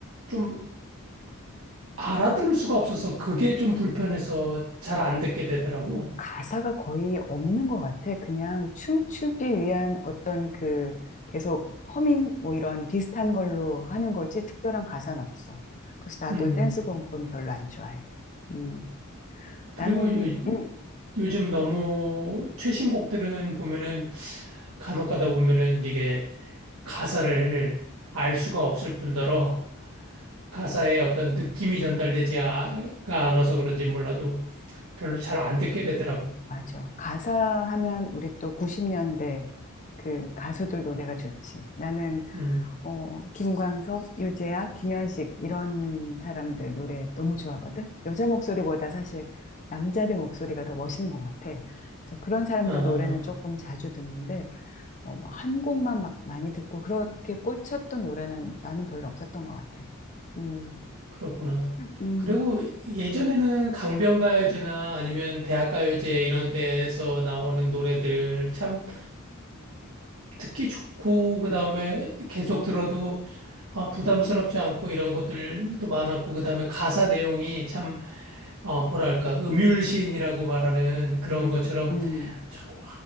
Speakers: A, on the right; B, on the left.
A: 좀 알아들을 수가 없어서 그게 좀 불편해서 잘 안 듣게 되더라고.
B: 가사가 거의 없는 것 같아. 그냥 춤추기 위한 어떤 그 계속 허밍 뭐 이런 비슷한 걸로 하는 거지 특별한 가사는 없어. 그래서 나도
A: 음,
B: 댄스 공부는 별로 안 좋아해. 음,
A: 그리고
B: 나는,
A: 요,
B: <clears throat> 음,
A: 요즘 너무 최신 곡들은 보면은 간혹 가다 보면은 이게 가사를 알 수가 없을 뿐더러 가사에 어떤 느낌이 전달되지가 않아서 그런지 몰라도 별로 잘 안 듣게 되더라고.
B: 맞아. 가사 하면 우리 또 90년대 그 가수들 노래가 좋지. 나는
A: 음,
B: 어, 김광석, 유재하, 김현식 이런 사람들 노래 너무 좋아하거든. 여자 목소리보다 사실 남자들 목소리가 더 멋있는 것 같아. 그래서 그런 사람들
A: 아,
B: 노래는 조금 자주 듣는데 어, 뭐한 곡만 막 많이 듣고 그렇게 꽂혔던 노래는 나는 별로 없었던 것 같아. 음,
A: 그렇구나.
B: 음,
A: 그리고 예전에는 강변가요제나 아니면 대학가요제 이런 데에서 나오는 노래들 참 듣기 좋고, 그 다음에 계속 들어도 아, 부담스럽지 않고 이런 것들도 많았고, 그 다음에 가사 내용이 참, 어, 뭐랄까, 음율시인이라고 말하는 그런
B: 음,
A: 것처럼,
B: 음.
A: 참,